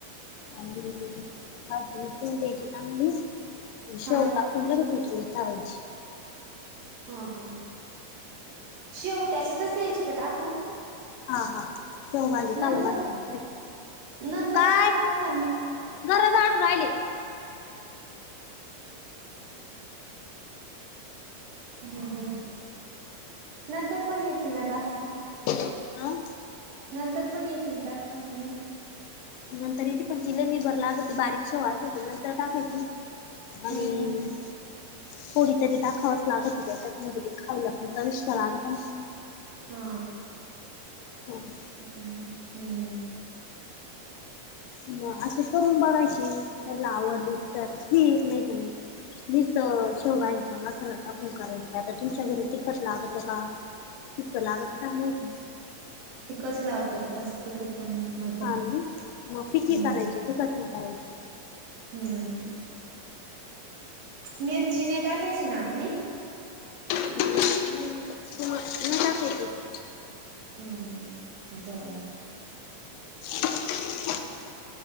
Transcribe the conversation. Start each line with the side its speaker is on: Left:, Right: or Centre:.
Left: आणि भाजी उकळून द्यायची चांगली आणि शेव
Right: हा
Left: टाकून लगेच उतरून ठेवायची.
Right: हा हा, शेव त्याच्यातच द्यायची का टाकून?
Left: हा हा शेवभाजी
Right: नंतर
Left: कालवन म्हणत
Right: नंतर
Left: काय
Right: पण टाकता
Left: घरं झाडू राहिले.
Right: हम्म हम्, नंतर पण येती ना टाकता?
Left: अं
Right: नंतर पण येती ना टाकता, का नाय?
Left: नंतर येती पण ती लय निबर लागती, बारीक शेव असती ती नंतर टाकायची आणि,
Right: हम्म हम्म
Left: थोडीतरी टाकावंच लागती त्याच्यात म्हणजे ती खायला चविष्ट लागत ना.
Right: हा
Left: हम
Right: हम्म
Left: मग अशी करून बघायची, त्यांना आवडली तर ठीक, नाही तर मग निस्तं शेव भाजीचा मसाला टाकून करायची, आता तुमच्या घरी तिखट लागतं का? फिकं लागत काय माहिती?
Right: फिकच लागत जास्त तिखट पण नाही मध्यम
Left: हा ना, मग फिकी
Right: हम्म
Left: करायची तिखट नाही करायची.
Right: हम्म, मिरची नाही टाकायची आपली?
Left: नाही. <unintelligible>
Right: हम्म बरं.
Left: <unintelligible>